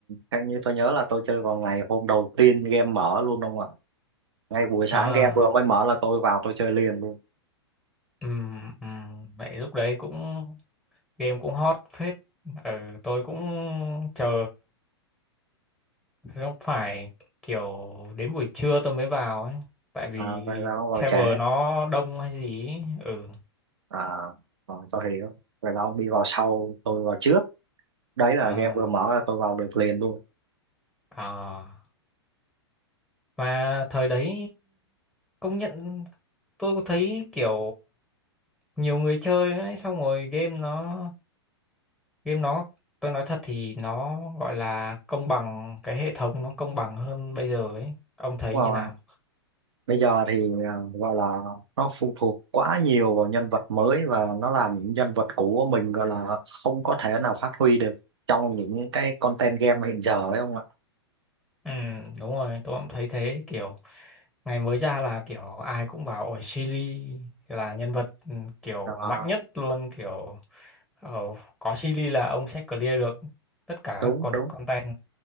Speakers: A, on the right (about 75°); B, in the centre.
A: Theo như tôi nhớ là tôi chơi vào ngày hôm đầu tiên game mở luôn đúng không ạ ngay buổi sáng
B: À,
A: game vừa mới mở là tôi vào tôi chơi liền luôn
B: ừm, ừm, vậy lúc đấy cũng game cũng hot phết ừ, tôi cũng chờ không phải kiểu đến buổi trưa tôi mới vào ấy tại vì
A: à, vậy là ông vào
B: server
A: trễ
B: nó đông hay gì ấy. ừ
A: à rồi tôi hiểu vậy là ông đi vào sau tôi vào trước đấy là
B: à,
A: game vừa mở là tôi vào được liền luôn
B: à. mà thời đấy công nhận tôi có thấy kiểu nhiều người chơi ấy xong rồi game nó game nó tôi nói thật thì nó gọi là công bằng cái hệ thống nó công bằng hơn bây giờ ấy ông thấy
A: đúng
B: như
A: không
B: nào
A: bây giờ thì ờ, gọi là nó phụ thuộc quá nhiều vào nhân vật mới và nó làm những nhân vật cũ của mình gọi là không có thể nào phát huy được trong những cái content game hiện giờ ấy không ạ
B: Ừ đúng rồi tôi cũng thấy thế kiểu ngày mới ra là kiểu ai cũng bảo ổi Silly là nhân vật ừ, kiểu
A: Ờ,
B: mạnh nhất luôn kiểu ờ, có Silly là ông sẽ clear được tất cả
A: đúng
B: các con
A: đúng
B: content